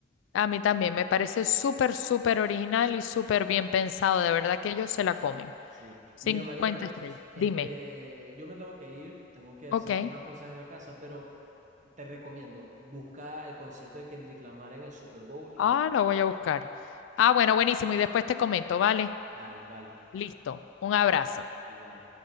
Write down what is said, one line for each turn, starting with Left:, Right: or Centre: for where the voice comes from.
Left: A mí también me parece súper, súper original y súper bien pensado, de verdad que ellos se la comen.
Right: Sí.
Left: 50
Right: Mira, Mariana,
Left: estrellas.
Right: este,
Left: Dime.
Right: yo me tengo que ir, tengo que hacer
Left: Ok.
Right: unas cosas en la casa, pero te recomiendo, busca el concierto de Kendrick Lamar en el Super Bowl y
Left: Ah, lo
Right: velo.
Left: voy a buscar. Ah, bueno, buenísimo. Y después te comento, ¿vale?
Right: Dale, vale,
Left: Listo. Un abrazo.
Right: igual.